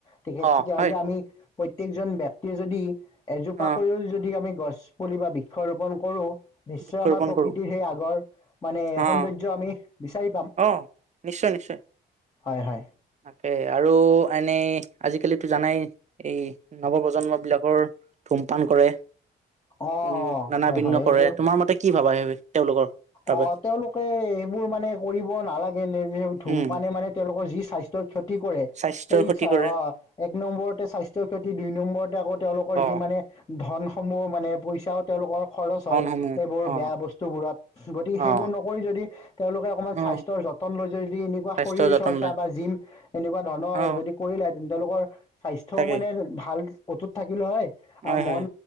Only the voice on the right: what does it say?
অ
হয়
অ
বৃক্ষৰোপণ
কৰো
অ
অ নিশ্চয় নিশ্চয়
তাকে আৰু এনেই আজিকালিতো জানাই এই নৱপ্ৰজন্ম বিলাকৰ ধূমপান কৰে
উম
নানা
ভিন্ন
কৰে
তোমাৰ মতে কি ভাবা সেই তেওঁলোকৰ? বাবে
উম
স্বাস্থ্যৰ
ক্ষতি কৰে
অ
ধনসমূহ
অ
অ
অ
স্বাস্থ্যৰ
যতন
লয়
অ
তাকেই
হয়
হয়